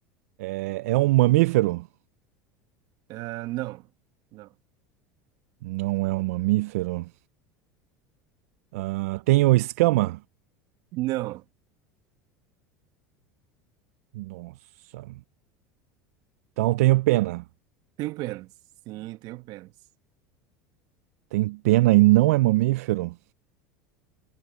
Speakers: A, on the right; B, on the right.
A: É, é um mamífero?
B: Ah, não, não,
A: Não é um mamífero. Ah,
B: Tá.
A: tenho escama?
B: não.
A: Nossa. Então tenho pena.
B: Tenho pênis. Sim, tenho pênis.
A: Tem pena e não é mamífero?